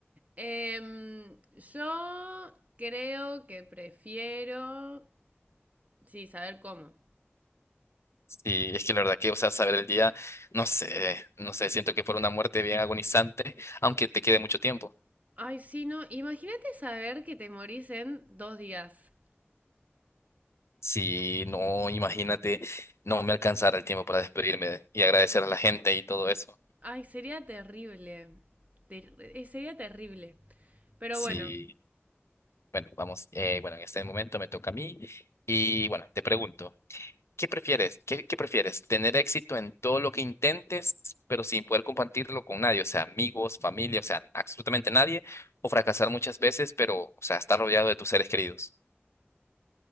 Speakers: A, on the right; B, on the left.
A: em, yo creo que prefiero... Sí, saber cómo.
B: Sí, es que la verdad que, o sea, saber el día, no sé, no sé, siento que fue una muerte bien agonizante, aunque te quede mucho tiempo.
A: Ay, sí, no. Imagínate saber que te morís en dos días.
B: Si no, imagínate, no me alcanzara el tiempo para despedirme y agradecer a la gente y todo eso.
A: Ay, sería terrible. Ter- eh, sería terrible. Pero
B: Sí,
A: bueno.
B: bueno, vamos, eh, bueno, en este momento me toca a mí y bueno, te pregunto, ¿qué prefieres? ¿Qué, qué prefieres? ¿Tener éxito en todo lo que intentes, pero sin poder compartirlo con nadie? O sea, amigos, familia, o sea, absolutamente nadie, o fracasar muchas veces, pero, o sea, estar rodeado de tus seres queridos.